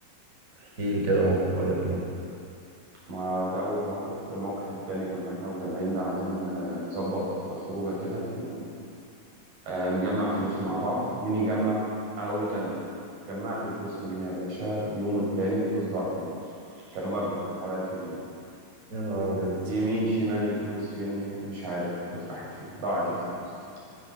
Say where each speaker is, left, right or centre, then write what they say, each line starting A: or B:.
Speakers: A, on the right; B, on the right.
A: احكي لي كده موقف ولا اتنين
B: ما ده أول موقف الموقف التاني كنا احنا وزمايلنا عايزين آه، نظبط خروجة كده تمام آه، نجمع فلوس مع بعض مين يجمع أنا قلت أنا جمعت الفلوس من هنا يا باشا يوم والتاني الفلوس ضاعت مني كانوا مبلغ كان حوالي 1000 جنيه
A: يا نهار أبيض
B: يمين شمال الفلوس فين يمين مش عارف الفلوس راحت فين ضاعت الفلوس